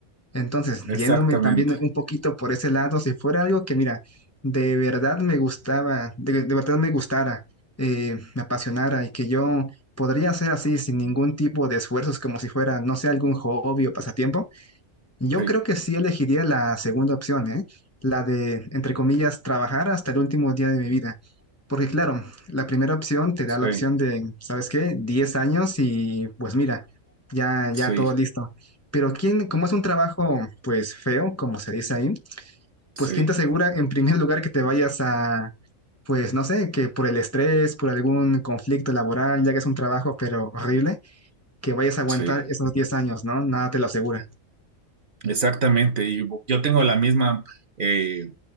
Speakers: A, on the left; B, on the right.
A: Entonces,
B: exactamente.
A: yéndome también un poquito por ese lado, si fuera algo que, mira, de verdad me gustaba, de, de verdad me gustara, eh, me apasionara y que yo podría hacer así sin ningún tipo de esfuerzos, como si fuera, no sé, algún hobby o pasatiempo, yo
B: Sí,
A: creo que sí elegiría la segunda opción, ¿eh? La de, entre comillas, trabajar hasta el último día de mi vida. Porque claro, la primera opción te da
B: sí,
A: la opción de, ¿sabes qué? 10 años y pues mira, ya,
B: sí,
A: ya todo listo. Pero quién, como es un trabajo pues feo, como se dice ahí,
B: sí,
A: pues quién te asegura en primer lugar que te vayas a, pues no sé, que por el estrés, por algún conflicto laboral, ya que es un trabajo pero horrible, que vayas a aguantar
B: sí.
A: esos 10 años, ¿no? Nada te lo asegura.
B: Exactamente, y yo tengo la misma eh,